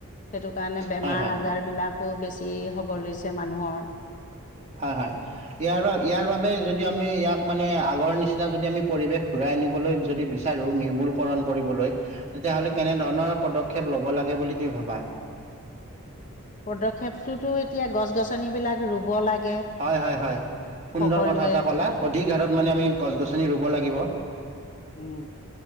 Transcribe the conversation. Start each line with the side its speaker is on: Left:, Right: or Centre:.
Left: সেইটো কাৰণে বেমাৰ
Right: হয়, হয়,
Left: আজাৰ বিলাকো বেছি হ'ব লৈছে মানুহৰ <unintelligible>
Right: হয় হয় ইয়াৰ ইয়াৰ বাবে যদি আমি ইয়াক মানে আগৰ নিচিনা যদি আমি পৰিৱেশ ঘূৰাই আনিবলৈ যদি বিচাৰো নিৰ্মূলকৰণ কৰিবলৈ, তেতিয়াহ'লে কেনেধৰণৰ পদক্ষেপ ল'ব লাগে বুলি তুমি ভাবা?
Left: পদক্ষেপটোতো এতিয়া গছ- গছনিবিলাক ৰু'ব লাগে
Right: হয় হয় হয় সুন্দৰ
Left: সকলোৱে
Right: কথা এটা কলা অধিক হাৰত
Left: উম
Right: মানে আমি গছ-গছ ৰুব লাগিব।
Left: উম